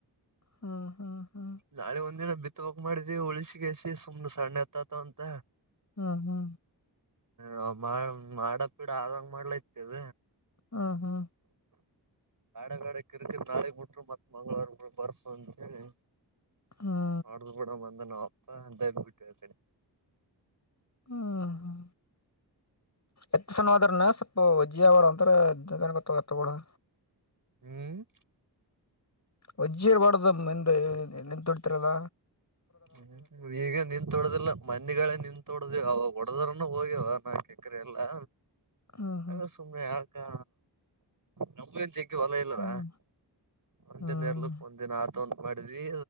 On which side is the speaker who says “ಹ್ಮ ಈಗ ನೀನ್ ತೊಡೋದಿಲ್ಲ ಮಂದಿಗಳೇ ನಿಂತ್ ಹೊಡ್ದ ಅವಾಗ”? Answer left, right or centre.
Right